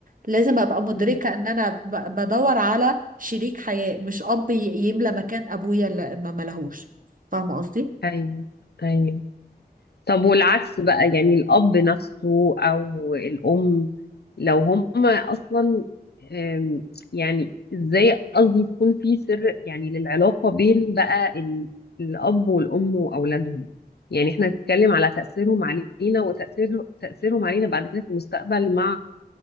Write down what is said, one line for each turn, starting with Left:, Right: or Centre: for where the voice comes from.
Right: لازم ابقى مدركة
Left: مم.
Right: ان انا ب... بدور على شريك حياة مش اب ي- يملى مكان ابويا اللي ما ملهوش فاهمة قصدي؟
Left: ايوه ايوه طب والعكس بقى يعني الأب نفسه أو الأم لو هما أصلا أم، يعني إزاي قصدي يكون في سر يعني للعلاقة بين بقى ال- الأب والأم وأولادهم يعني احنا نتكلم على تأثيرهم علينا وتأثير تأثيرهم علينا بعد كده في المستقبل مع